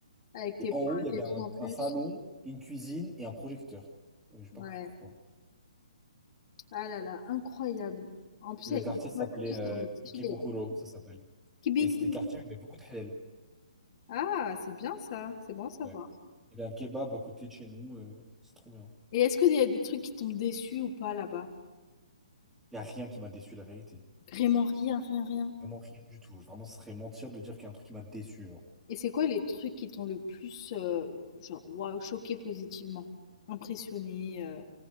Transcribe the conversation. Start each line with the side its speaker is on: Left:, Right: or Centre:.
Left: Avec
Centre: et
Left: tes
Centre: en
Left: potes
Centre: haut, il y avait
Left: et tout
Centre: un,
Left: en plus.
Centre: un salon, une cuisine et un projecteur. Euh, j'ai pas
Left: Ouais.
Centre: compris pourquoi.
Left: Ah là là, incroyable. En plus
Centre: Le
Left: avec
Centre: quartier
Left: des
Centre: s'appelait
Left: potes et tout,
Centre: euh,
Left: ça doit être stylé,
Centre: Ikebukuro,
Left: hein.
Centre: ça s'appelle.
Left: Kibingu.
Centre: Et c'était le quartier où il y avait beaucoup de halal.
Left: Ah, c'est bien ça, c'est bon à savoir.
Centre: Ouais. Il y avait un kebab à côté de chez nous, euh, c'est trop bien.
Left: Et est-ce qu'il y a des trucs qui t'ont déçu ou pas là-bas?
Centre: Il n'y a rien qui m'a déçu, la vérité.
Left: Vraiment rien, rien, rien.
Centre: Vraiment rien du tout. Vraiment, ce serait mentir de dire qu'il y a un truc qui m'a déçu, genre.
Left: Et c'est quoi les trucs qui t'ont le plus, euh, genre, waouh, choqué positivement? Impressionné? euh.